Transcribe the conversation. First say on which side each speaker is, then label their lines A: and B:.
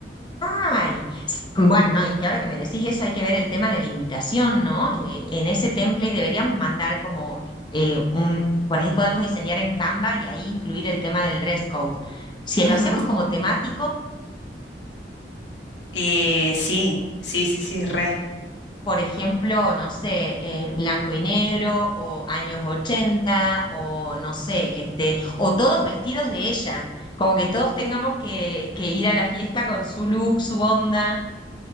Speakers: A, on the left; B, on the left.
A: ay, sí, bueno, no, y es que ahora que me decís eso hay que ver el tema de la invitación, ¿no? Eh, en ese template deberíamos mandar como eh, un, por ahí podemos diseñar en Canva y ahí incluir el tema del dress code. Si lo
B: Ujú.
A: hacemos como temático.
B: Eh, sí, sí, sí, sí, re.
A: por ejemplo, no sé, eh, blanco y negro o años 80 o no sé, este, o todos vestidos de ella, como que todos tengamos que, que ir a la fiesta con su look, su onda.